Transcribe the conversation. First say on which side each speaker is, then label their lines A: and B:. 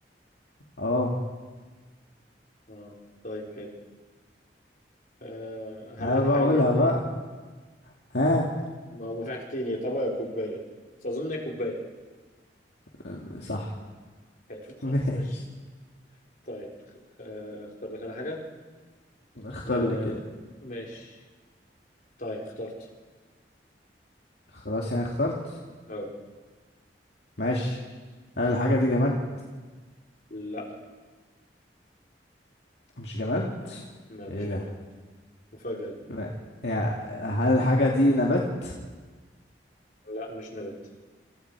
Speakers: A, on the left (about 70°); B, on the left (about 50°).
A: اه
B: اه طيب حلو آه، هل
A: ها
B: الحاجة
A: بقولها
B: دي
A: بقى ها
B: ما هو في حاجتين يا طبق يا كوباية بس أظن هي كوباية
A: أم، صح
B: هتشوف
A: <laughs>
B: خلاص
A: ماشي
B: ماشي طيب آه، اختار لك أنا حاجة
A: اختار
B: آه،
A: لي كده
B: ماشي طيب اخترت
A: خلاص يعني اخترت
B: أه
A: ماشي هل الحاجة دي جماد
B: لا
A: مش جماد
B: لا مش
A: ايه
B: جماد
A: ده
B: مفاجأة دي
A: ما- يا- هل الحاجة دي نبات
B: لا مش نبات